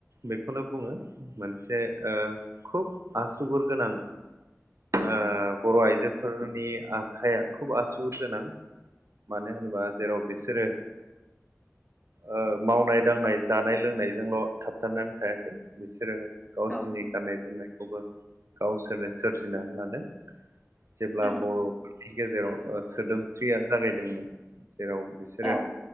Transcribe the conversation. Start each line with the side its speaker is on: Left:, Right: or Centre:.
Right: बेखौनो बुङो मोनसे ओ खुब आसुगुर गोनां ओ बर' आइजोफोरनि आखाइया खुब आसुगुर गोनां। मानो होनोबा जेराव बिसोरो ओ मावनाय-दांनाय, जानाय-लोंनायजोंल' थाबथानानै थायाखै बिसोरो। गावसिनि
Centre: औ
Right: गाननाय-जोमनायखौबो गावसोरनो सोरजिनानै लादों जेब्ला
Centre: औ
Right: बर'फोर नि गेजेराव सोदोमस्रिया जागायदोंमोन जेराव बिसोरो।
Centre: औ